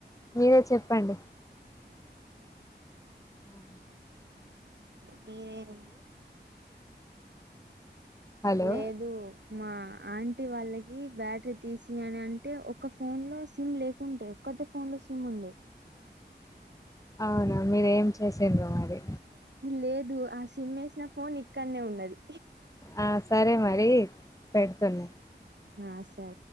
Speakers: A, on the left (about 20°); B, on the right (about 75°).
A: మీరే చెప్పండి. ఓ
B: మీరేం
A: హలో
B: లేదు మా ఆంటీ వాళ్ళకి బ్యాటరీ తీసినాయి అని అంటే ఒక ఫోన్ లో సిమ్ లేకుండే ఒకటే ఫోన్ లో సిమ్ ఉండే
A: అవునా మీరేం చేసిండ్రో మరి
B: లేదు ఆ సిమ్ వేసిన ఫోన్ ఇక్కడనే ఉన్నది.
A: ఆ సరే మరి పెడుతున్నా.
B: ఆ సరే